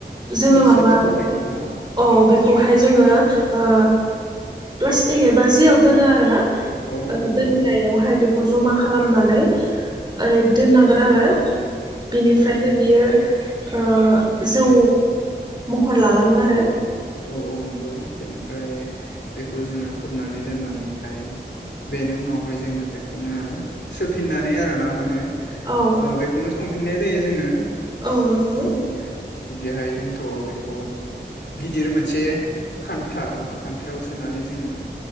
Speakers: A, on the right; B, on the left.
A: जोंङो
B: हरसे
A: माबा
B: बा हरनै
A: अ
B: ना
A: बेखौहाय जोंङो ओ प्लास्टिक एबा जियाव दोनो आरोना
B: औ औ नंगौ
A: दोनग्रायावहाय बेखौ खौ जमा खालामनानै ओरै
B: औ
A: दोननांगोन आरो बिनिफ्रायनो
B: औ औ
A: बियो जौ महर लालांङो आरो
B: औ औ नंगौ बेनिफ्राय बेखौ जोंङो खोबनानै दोननानैहाय बेनि उनावहाय जोंङो बेखौनो सोफिननानै आरोना माने
A: औ
B: बेखौनो संफिन फिननाय जायो जोंङो
A: औ नंगौ
B: माने बिदिहाय जोंथ बेखौ गिदिर मोनसे खान्था खान्थाव सोनानै जोंङो